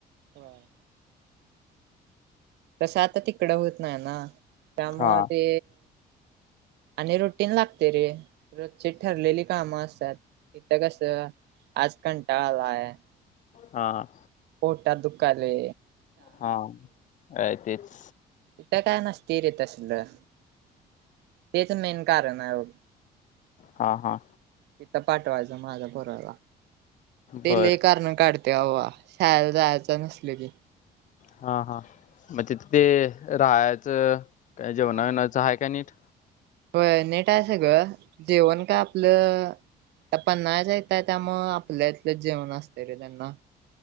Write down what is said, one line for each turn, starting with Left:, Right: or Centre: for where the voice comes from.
Right: हम्म. तसं आता तिकडं होत नाही ना त्यामुळे
Left: हा
Right: ते आणि रुटीन लागते रे रोची ठरलेली काम असतात. इथं कस आज कंटाळला आहे.
Left: हा, हा.
Right: पोटात दुखाले
Left: हा हाय तेच.
Right: तथ काय नसतीरे तसलं. ते त मेन कारण आहे मग.
Left: हा हा
Right: तिथ पाठवायचं माझा पोराला ते
Left: बर
Right: लय कारण काढते. तेव्हा शाळाला जायचं नसली की.
Left: हा, हा म तिथ ते राहायचं का जेवणा,
Right: हा.
Left: विणायचं आहे का नीट?
Right: होय नेटय सगळं जेवण का आपलं त्या पन्हाळा येत असल्या मुळ आपल्या इथलंच जेवण असत रे त्यांना.